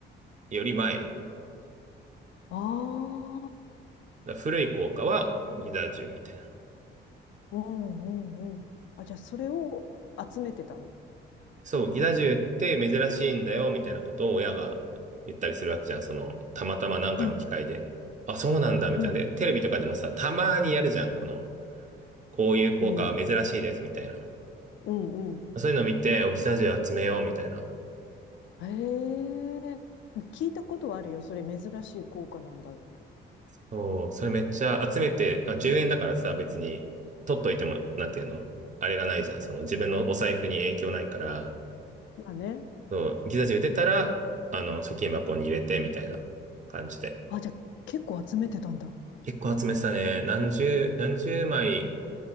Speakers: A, on the right; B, on the left.
A: より前。
B: ああ
A: 古い硬貨はギザ1みたいな。
B: うんうんうん。あ、じゃあ、それを集めてたの
A: そう、ギザ銃って珍しいんだよ、みたいなことを親が言ったりするわけじゃん。その、たまたまなんかの機会で。
B: うん、
A: あ、そうなんだ、みたいな。
B: うん、
A: で、テレビとかでもさ、たまにやるじゃん。この、こういう効果は珍しいです、
B: うん、
A: みたいな。
B: うん、うん。
A: そういうのを見て、お、ギザ銃集めよう、みたいな。
B: へえ。聞いたことはあるよ。それ珍しい効果なんだって。
A: そう、それめっちゃ集めて、あ、10円だからさ、別に、取っといても、なんていうのあれがないじゃん。その、自分のお財布に影響ないから、
B: まあね。
A: そう、ギザ銃出たら、あの、貯金箱に入れて、みたいな感じで。
B: あ、じゃあ、結構集めてたんだ。
A: 結構集めてたね。何十、何十枚。